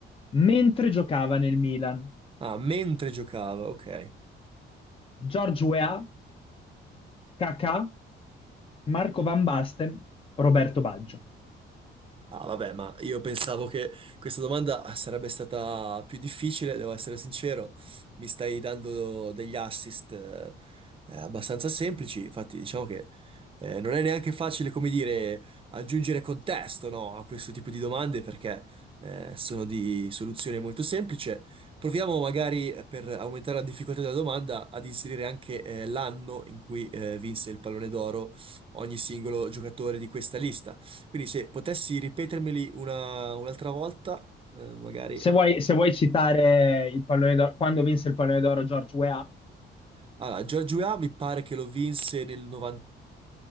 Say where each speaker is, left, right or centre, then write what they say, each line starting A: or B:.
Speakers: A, on the left (about 25°); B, on the right (about 25°).
A: mentre giocava nel Milan?
B: Ah, mentre giocava, ok.
A: George Weah, Kakà, Marco Van Basten, Roberto Baggio.
B: Ah, vabbè, ma io pensavo che questa domanda sarebbe stata più difficile, devo essere sincero. Mi stai dando degli assist eh, eh, abbastanza semplici, infatti diciamo che eh, non è neanche facile, come dire, aggiungere contesto, no, a questo tipo di domande perché eh, sono di soluzione molto semplice. Proviamo magari, eh, per aumentare la difficoltà della domanda, ad inserire anche eh, l'anno in cui eh, vinse il pallone d'oro ogni singolo giocatore di questa lista. Quindi se potessi ripetermeli una- un'altra volta, eh, magari...
A: Se vuoi, se vuoi citare il pallone d'oro, quando vinse il pallone d'oro George Weah,
B: Allora, George Weah mi pare che lo vinse nel 90...